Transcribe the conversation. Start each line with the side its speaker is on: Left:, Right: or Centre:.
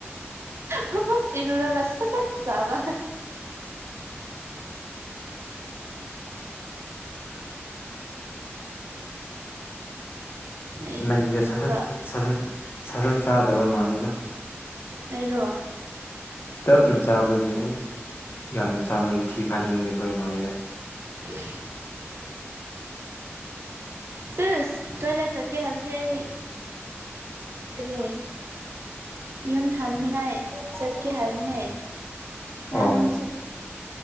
Right: ꯐꯐꯠ ꯏꯔꯔꯒꯥꯁ ꯆꯐꯠ ꯆꯥꯕ
Left: <inaudible>
Right: ꯑꯩ
Left: ꯅꯪꯗ
Right: ꯑꯗꯨꯒ
Left: ꯁꯠ ꯁꯠ ꯁꯠꯠ ꯁ ꯁꯠ ꯆꯥꯗꯕ ꯃꯥꯜꯂꯦꯗ
Right: ꯑꯩꯔꯣ
Left: ꯇꯞꯅ ꯆꯥꯕꯒꯤ ꯑꯃꯨꯛ ꯌꯥꯝꯅ ꯆꯥꯕꯒꯤ ꯊꯤ ꯐꯥꯏꯅꯤꯡꯉꯤꯕ ꯃꯥꯜꯂꯤꯗ
Right: ꯍꯤꯍꯤ ꯁꯔ ꯇꯣꯏꯂꯦꯠ ꯆꯠꯀꯦ ꯍꯥꯏꯕꯗꯤ ꯑꯩ ꯀꯔꯤ ꯌꯨꯟ ꯍꯟꯅꯤꯉꯥꯏ ꯆꯠꯀꯦ ꯍꯥꯏꯕꯅꯦ
Left: ꯑꯣ
Right: ꯑꯥꯡꯁꯨ